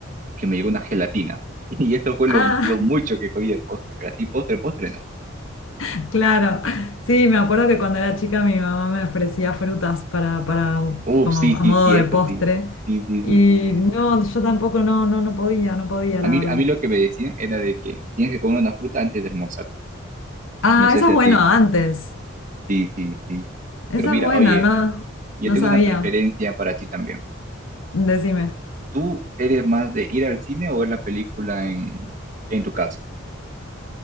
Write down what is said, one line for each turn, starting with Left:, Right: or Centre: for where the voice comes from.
Right: que me llegó una gelatina. <laughs> Y esto fue
Left: ah,
Right: lo, lo mucho que comí de postre, pero así postre, postre no.
Left: <laughs> claro. Sí, me acuerdo que cuando era chica mi mamá me ofrecía frutas para, para,
Right: Uf,
Left: como
Right: sí,
Left: a
Right: sí,
Left: modo
Right: sí,
Left: de
Right: esto
Left: postre.
Right: sí. Sí, sí,
Left: Y
Right: sí, sí.
Left: no, yo tampoco no, no, no podía, no podía,
Right: A
Left: la
Right: mí,
Left: verdad.
Right: a mí lo que me decían era de que tienes que comer una fruta antes de almorzar.
Left: Ah,
Right: No sé
Left: eso
Right: si
Left: es
Right: a
Left: bueno
Right: ti.
Left: antes.
Right: Sí, sí, sí.
Left: Esa
Right: Pero mira,
Left: es buena,
Right: oye.
Left: ¿no?
Right: Yo
Left: No
Right: tengo
Left: sabía.
Right: una preferencia para ti también.
Left: Decime.
Right: ¿Tú eres más de ir al cine o ver la película en, en tu casa?